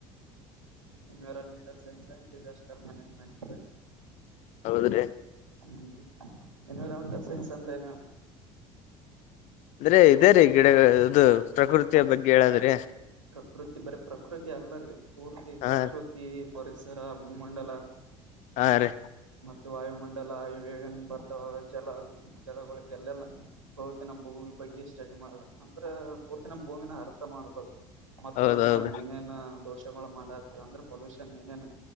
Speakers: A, on the right; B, on the left.
A: environmental science and disaster management
B: ಹೌದ್ರಿ
A: ಹ್ಮ್ ಎನ್ವಿರಮೆಂಟಲ್ ಸೈನ್ಸ್ ಅಂದ್ರೇನ
B: ಅಂದ್ರೆ ಇದೇ ರೀ ಗಿಡ ಇದು ಪ್ರಕೃತಿಯ ಬಗ್ಗೆ ಹೇಳದ್ರಿ
A: ಪ್ರಕೃತಿ ಬರೀ ಪ್ರಕೃತಿ ಅಲ್ಲ ರೀ ಪೂರ್ತಿ
B: ಹಾ
A: ಪ್ರಕೃತಿ ಪರಿಸರ ಭೂಮಂಡಲ
B: ಹಾ ರೀ
A: ಮತ್ತು ವಾಯುಮಂಡಲ ಇವ ಏನ್ ಬರ್ತಾವ ಜಲ ಜಲಗಳು ಇದೆಲ್ಲೆಲ್ಲ ಪೂರ್ತಿ ನಮ್ ಭೂಮಿ ಬಗ್ಗೆ ಸ್ಟಡಿ ಮಾಡುದ ಅಂದ್ರ ಪೂರ್ತಿ ನಮ್ಮ ಭೂಮಿನ ಅರ್ಥ ಮಾಡಕ ಅದು ಮತ್ತ
B: ಹೌದೌದು
A: ಅದಕ್ ನಾವ್ ಏನೇನ್ ದೋಷಗಳು ಮಾಡಕ್ ಅಂದ್ರೆ ಪೊಲ್ಯೂಷನ್ ಏನೇನು